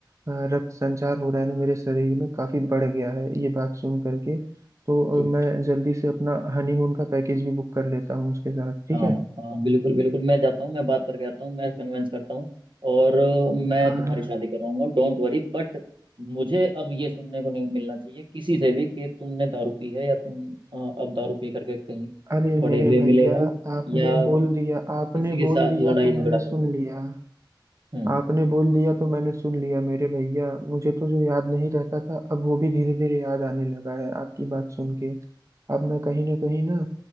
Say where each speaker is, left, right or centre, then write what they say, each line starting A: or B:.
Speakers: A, on the right; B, on the right.
A: अ, रक्त संचार हो रहा है ना मेरे शरीर में काफी बढ़ गया है ये बात सुन करके तो
B: ठीक
A: अब मैं जल्दी से अपना हनीमून का पैकेज भी बुक कर लेता हूँ उसके साथ ठीक
B: हाँ
A: है
B: हाँ बिल्कुल बिल्कुल मैं जाता हूँ मैं बात करके आता हूँ मैं कन्वेंस करता हूँ और अ, मैं
A: हाँ
B: तुम्हारी
A: हाँ
B: शादी करवाऊंगा डोंट वरी बट मुझे अब ये सुनने को नहीं मिलना चाहिए किसी से भी कि तुमने दारू पी है या तुम अ, अब दारू पी करके कहीं
A: अरे मेरे
B: पड़े हुए
A: भैया
B: मिले हो
A: आपने
B: या
A: बोल दिया
B: किसी
A: आपने
B: के
A: बोल
B: साथ
A: दिया
B: लड़ाई
A: तो
B: झगड़ा
A: मैंने
B: करते
A: सुन
B: हो
A: लिया
B: हम्म
A: आपने बोल दिया तो मैंने सुन लिया मेरे भैया मुझे तो जो याद नहीं रहता था अब वो भी धीरे धीरे याद आने लगा है आपकी बात सुन के अब मैं कहीं ना कहीं ना